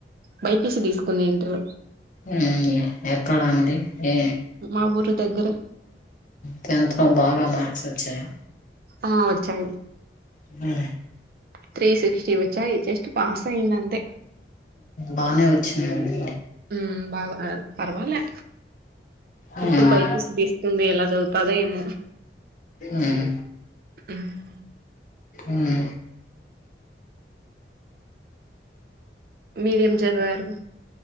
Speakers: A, on the right; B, on the left.
A: బైపీసి తీసుకుంది ఇంటరు
B: ఉమ్ ఎక్కడండి ఎ
A: మా ఊరు దగ్గరే
B: టెన్త్ లో బాగా మార్క్స్ వచ్చాయా
A: ఆ వచ్చాయి
B: ఉమ్
A: త్రీ సిక్స్టీ వచ్చాయి జస్ట్ పాస్ అయింది అంతే
B: బానే వచ్చినయండి
A: ఉమ్ బా పర్వాలే
B: మ్మ్
A: ఇప్పుడు బైపిసి తీసుకుంది ఎలా చదువుతదో ఏమో
B: ఉమ్
A: ఉమ్
B: ఉమ్
A: మీరేం చదివారు